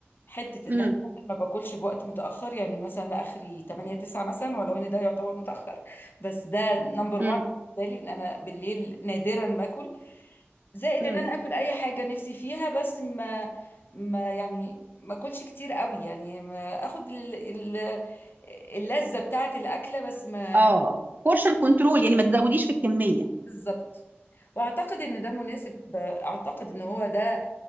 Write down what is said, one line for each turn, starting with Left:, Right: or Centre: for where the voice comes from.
Left: حته ان
Right: امم
Left: انا ما باكلش بوقت متاخر يعني مثلا اخري 8 9 مثلا ولو ان ده يعتبر متاخر <laughs> بس ده نمبر
Right: امم
Left: 1 بالنسبه لي ان انا بالليل نادرا ما اكل زائد
Right: امم
Left: ان انا اكل اي حاجه نفسي فيها بس ما ما يعني ما اكلش كتير قوي يعني ما اخد ال- ال- اللذه بتاعه الاكله بس ما
Right: اه بورشن كنترول يعني ما تزوديش في الكميه
Left: بالظبط واعتقد ان ده مناسب اعتقد ان هو ده